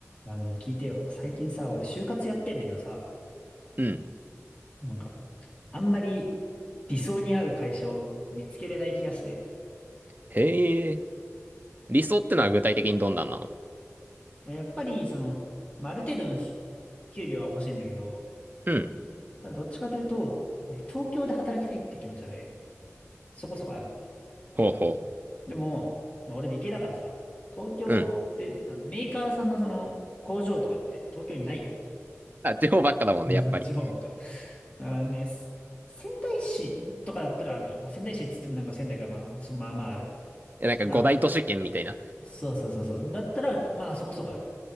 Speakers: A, on the left; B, on the right.
A: あのね、聞いてよ。最近さ、俺就活やってんだけどさ、
B: うん。
A: なんか、あんまり理想に合う会社を見つけれない気がして。
B: へえ。理想ってのは具体的にどんなんなの
A: やっぱり、その、まあ、ある程度のし給料は欲しいんだけど、
B: うん。
A: ただどっちかというと、ね、東京で働きたいって気持ちはね、そこそこあるのね。
B: ほうほ
A: でも、まあ、俺理系だからさ、東京って、
B: う。うん。
A: あの、メーカーさんのその、工場とかって東京にないから。
B: あ、地方ばっかだもんね、
A: うん地方ばっか。
B: やっぱり。
A: だからね、す仙台市とかだったらあるのよ。まあ、仙台市っつってもなんか仙台からまあ、そまあまあある。
B: え、なんか五大都市圏みたいな。
A: ただ、そうそうそうそう。だったら、まあそこそこある。